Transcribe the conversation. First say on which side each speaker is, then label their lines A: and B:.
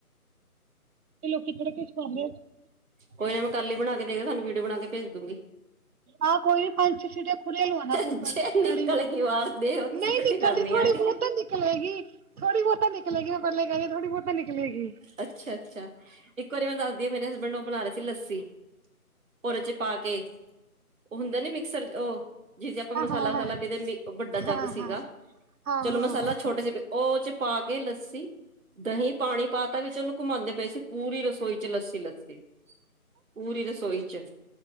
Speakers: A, on the right; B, on the right.
A: ਤੇ ਲੋਕੀ <unintelligible>
B: ਪੋਇਮ ਕੱਲ ਹੀ ਬਣਾ ਕੇ ਦੇਗੀ ਤੁਹਾਨੂੰ ਵੀਡੀਓ ਬਣਾ ਕੇ ਭੇਜ ਦੂਗੀ
A: ਆ ਕੋਈ ਨਹੀ ਪੰਜ ਛੇ ਸੀਟੀਆਂ ਖੁੱਲੀ ਲਆਣਾ ਕੁੱਕਰ
B: ਜੇ ਨਿਕਲ
A: ਕੜੀ ਨੂੰ
B: ਗਈ ਬਾਹਰ ਦੇਖ ਲੋ ਤੁਸੀਂ
A: ਨਹੀਂ
B: ਇਕੱਠੀ
A: ਨਿਕਲਦੀ
B: ਕਰਨੀ
A: ਥੋੜੀ
B: ਆ ਕੇ
A: ਬਹੁਤ ਨਿਕਲੇਗੀ ਥੋੜੀ ਬਹੁਤਾ ਨਿਕਲੇਗੀ ਉਹ ਪਹਿਲਾਂ ਕਹਿੰਦੇ ਥੋੜੀ ਬਹੁਤਾ ਨਿਕਲੇਗੀ
B: ਅੱਛਾ -ਅੱਛਾ। ਇੱਕ ਵਾਰੀ ਮੈਂ ਦੱਸਦੀ ਆ ਮੇਰੇ ਹਸਬੈਂਡ ਉਹ ਬਣਾ ਰਹੇ ਸੀ ਲੱਸੀ ਉਹਦੇ ਚ ਪਾ ਕੇ ਉਹ ਹੁੰਦਾ ਨੀ ਮਿਕਸਰ ਉਹ ਜੀ ਜਿਦੇ ਆਪਾਂ ਮਸਾਲਾ
A: ਹਾਂ ਹਾਂ
B: ਮਸਾਲਾ ਕਿਦੇ ਉਹ ਵੱਡਾ
A: ਹਾਂ
B: ਜੱਗ
A: ਹਾਂ
B: ਸੀਗਾ
A: ਹਾਂ ਆਹੋ
B: ਚਲੋ ਮਸਾਲਾ
A: ਆਹੋ
B: ਛੋਟੇ ਚ ਉਹ ਚ ਪਾ ਕੇ ਲੱਸੀ ਦਹੀਂ ਪਾਣੀ ਪਾ ਤਾਂ ਵਿੱਚ ਉਹਨੂੰ ਘੁਮਾਉਂਦੇ ਪਏ ਸੀ। ਪੂਰੀ ਰਸੋਈ ਚ ਲੱਸੀ -ਲੱਸੀ ਪੂਰੀ ਰਸੋਈ ਚ